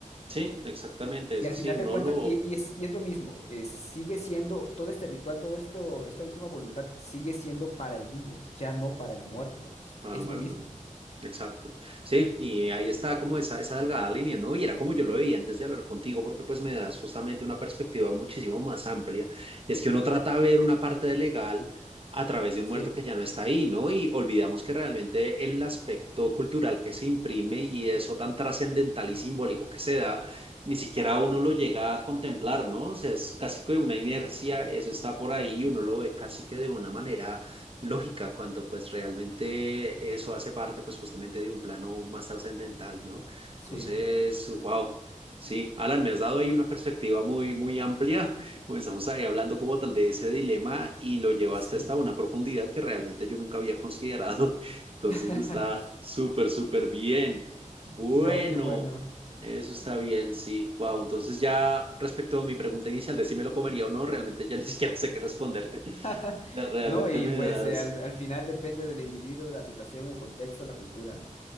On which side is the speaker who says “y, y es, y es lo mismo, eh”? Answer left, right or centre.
Left